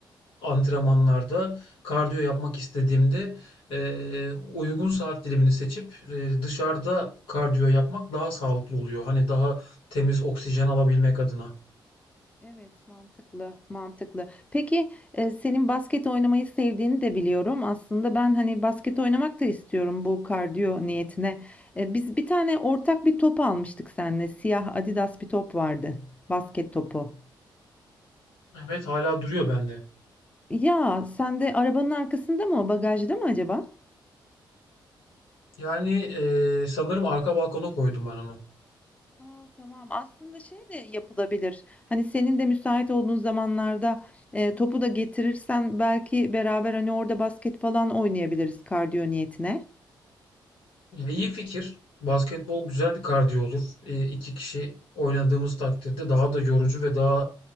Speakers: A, on the left; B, on the left.
A: antrenmanlarda kardiyo yapmak istediğimde eee, uygun saat dilimini seçip eee, dışarıda kardiyo yapmak daha sağlıklı oluyor. Hani daha temiz oksijen alabilmek adına.
B: Evet, mantıklı, mantıklı. Peki e, senin basket oynamayı sevdiğini de biliyorum. Aslında ben hani basket oynamak da istiyorum bu kardiyo niyetine. E, biz bir tane ortak bir top almıştık seninle. Siyah Adidas bir top vardı. Basket topu.
A: Evet hala duruyor bende.
B: Ya sen de arabanın arkasında mı o bagajda mı acaba?
A: Yani eee, sanırım arka balkona koydum ben onu.
B: Ha, tamam. Aslında şey de yapılabilir. Hani senin de müsait olduğun zamanlarda e, topu da getirirsen belki beraber hani orada basket falan oynayabiliriz kardiyo niyetine.
A: Ya, iyi fikir. Basketbol güzel bir kardiyo olur. Eee, iki kişi oynadığımız takdirde daha da yorucu ve daha